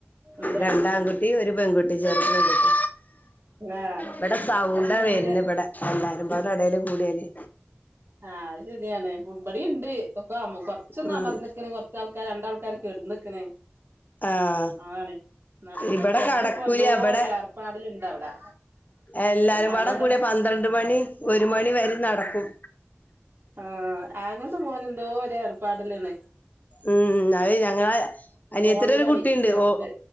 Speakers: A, on the right; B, on the left.
A: മറ്റേ
B: രണ്ടാൺകുട്ടി
A: ആൺകുട്ടിയൊരു പെണ്ണ്
B: ഒരു പെൺകുട്ടി ചെറു പെൺകുട്ടി
A: ആഹ്
B: ഇവിടെ സൗണ്ട
A: അപ്പൊ എന്റെ
B: വരുന്ന ഇവിടെ എല്ലാരും ഇവിടെ ഇടൽും കൂടിയല്ല്
A: ആഹ് അത് ശരിയാണ് പുബടി ഉണ്ട് ഒപ്പൊ കൊറച്ചന്നാ
B: ഉം
A: പറഞ്ഞക്ക കൊറച്ചാൾക്കാർ രണ്ടാൾക്ക കക്ക വിടക്കന
B: ആഹ്
A: അതണെ നല്ലെങ്ക ഇപ്പൊ
B: ഇവിടെ
A: ചെറുത്
B: കടക്കൂല
A: ഇപ്പ എന്തോ
B: ഇവിടെ
A: ഒരു ഏർപ്പാടൽുണ്ട് അവിടെ
B: എല്ലാരും
A: ആങ്ങളുടെ
B: വട കൂടെ പന്ത്രണ്ട് മണി ഒരു മണി വര നടക്കും
A: ആഹ ആങ്ങൾത്തെ പോോന എന്തോ ഒ ഏർപ്പാടലാണ്
B: ഉം അത് ഞങ്ങള അനിയത്തി
A: ഫോണ്
B: ഒരു
A: കളി
B: കുട്ടിയുണ്ട്
A: ചെറുത്
B: ഓ